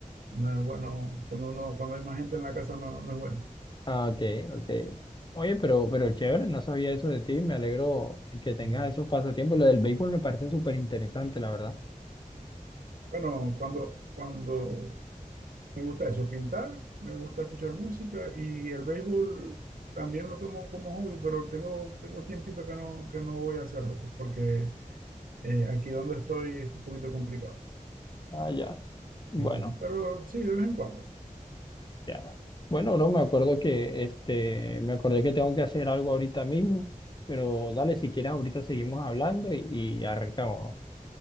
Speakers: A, on the right; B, on the left.
A: no es bueno, cuando uno, cuando hay más gente en la casa no, no es bueno.
B: Ah, ok, ok. Oye, pero, pero chévere, no sabía eso de ti. Me alegro que tengas
A: Sí.
B: esos pasatiempos. Lo del béisbol me parece súper interesante, la verdad.
A: Bueno, cuando, cuando me gusta eso, pintar, me gusta escuchar música y el béisbol también lo tomo como hobby, pero tengo, tengo tiempito que no, que no voy a hacerlo pues, porque eh, aquí donde estoy es un poquito complicado.
B: Ah, ya. Bueno,
A: Entonces, pero sí, de vez en cuando.
B: ya. Bueno, bro, me acuerdo que este, me acordé que tengo que hacer algo ahorita mismo, pero dale, si quieres, ahorita seguimos hablando y, y arrancamos.